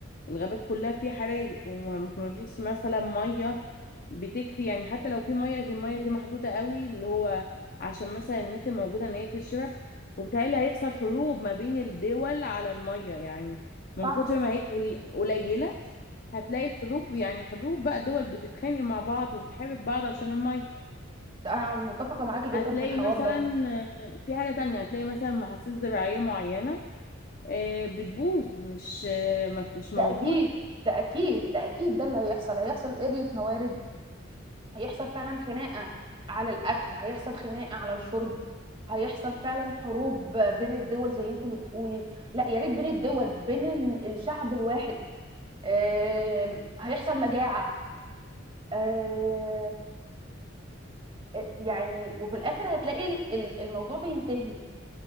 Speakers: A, on the left (about 45°); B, on the right (about 25°).
A: الغابات كلها فيه حرايق وما فيش مثلا ميه بتكفي يعني حتى لو في ميه دي الميه دي محدوده قوي اللي هو عشان مثلا الناس الموجوده ان هي تشرب وبالتالي هيحصل حروب ما بين الدول على الميه يعني من
B: صح
A: كتر ما هي قل- قليله هتلاقي الحروب يعني حروب بقى دول بتتخانق مع بعض وبتحارب بعض عشان الميه
B: ده أنا متفقة معاكي جدا
A: هتلاقي
B: في الحوار
A: مثلا
B: ده
A: آه، في حاجة تانية هتلاقي مثلا محاصيل زراعية معينة آه، بتبوظ مش آه، مش موجودة
B: ده اكيد ده اكيد ده اكيد ده اللي هيحصل هيحصل قلة موارد هيحصل فعلا خناقة على الاكل هيحصل خناقة على الشرب هيحصل فعلا حروب بين الدول زي انت ما بتقولي لا يا ريت بين الدول بين ال- الشعب الواحد آم، هيحصل مجاعة آم، آه، يعني وفي الاخر هتلاقي ال- ال- الموضوع بينتهي